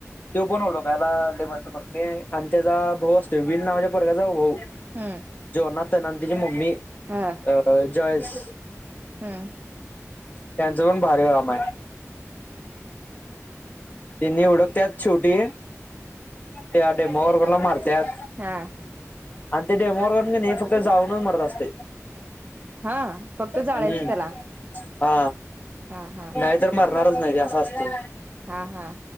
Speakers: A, on the left; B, on the right.
A: त्यो पण हुडकायला लय मदत करतोय आणि त्याचा भाऊ असतो व्हील नावाच्या पोरग्याचा भाऊ
B: हूं
A: जेवनात हाय ना आणि तिची मम्मी
B: हा
A: अ जॉयेश
B: हम्म
A: त्यांचं पण भारी काम हाय.
B: हूं हूं
A: त्यांनी हुडकतत शेवटी त्या डेमो वरगनंला मारत्यात
B: हा.
A: आणि ते डेमोरन कनी, फक्त जाळूनचं मरत असतय
B: हा फक्त
A: हम्म
B: जाळायच त्याला
A: हा
B: हा हा
A: नाय तर मरणारच नाय ते असं असतय
B: हा हा